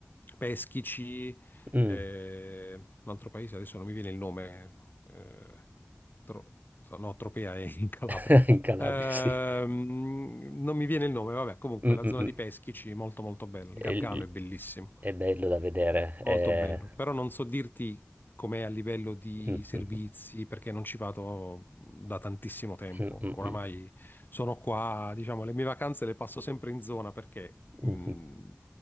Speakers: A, on the left; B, on the right.
A: Peschici,
B: mm.
A: eh, un altro paese, adesso non mi viene il nome, eh, Tro- no, Tropea è in Calabria.
B: <laughs> In Calabria,
A: Ehm,
B: sì.
A: non mi viene il nome, vabbè, comunque
B: Mm,
A: la
B: mm,
A: zona
B: mm.
A: di Peschici è molto molto bella, il
B: E-
A: Gargano è bellissimo.
B: È bello da vedere.
A: Molto
B: eh.
A: bello, però non so dirti com'è a livello di
B: Mm, mm,
A: servizi
B: mm.
A: perché non ci vado mm, da tantissimo tempo.
B: Mh-mh-mh.
A: Oramai sono qua, diciamo, le mie vacanze le passo sempre in zona perché mh,
B: Mh-mh.